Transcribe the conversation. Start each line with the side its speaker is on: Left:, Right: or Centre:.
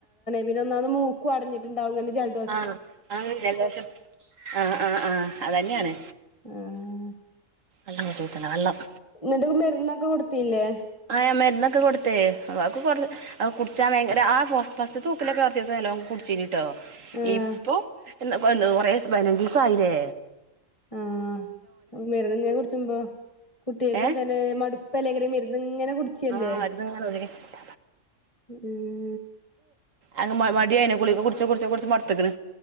Left: പിന്നൊന്നാമത് മൂക്കും അടഞ്ഞിട്ടുണ്ടാകും ജൽ
Right: ആഹ് ആണ് ജലദോഷം ആഹ് ആഹ് ആഹ് അതന്നെയാണ്
Left: ആഹ്
Right: <unintelligible> വെള്ളം
Left: ഇന്നിട്ട് മെരുന്നൊക്കെ കൊടുതീനില്ലേ
Right: ആ മെരുന്നൊക്കെ കൊടുത്തെയ് അതൊക്കെ കൊറ അത് കുടിച്ചാൻ ഭയങ്കര ആ ഫസ്റ്റ്ത്തെ ഉക്കിലൊക്കെ കൊറച്ചീസം നല്ലോണം കുടിച്ചീനി ട്ടോ
Left: ആഹ്
Right: ഇപ്പൊ എന്ത കൊറേ പതിനജിസം ആയില്ലേ
Left: ആഹ് മെര്ന്ന്ങ്ങനെ കുടിച്ചുമ്പോ കുട്ട്യേക്കുംതന്നെ
Right: ഏഹ്
Left: മടുപ്പല്ലേകാരം ഇങ്ങനെ മെരു ന്നിങ്ങനെ കുടിച്ചല്ലേ
Right: ആഹ് മരുന്നിങ്ങനെ
Left: ഉം
Right: അത് മടിയാണ് ഗുളിക കുടിച്ച് കുടിച്ച് കുടിച്ച് മടുത്ത്ക്ക്ണ്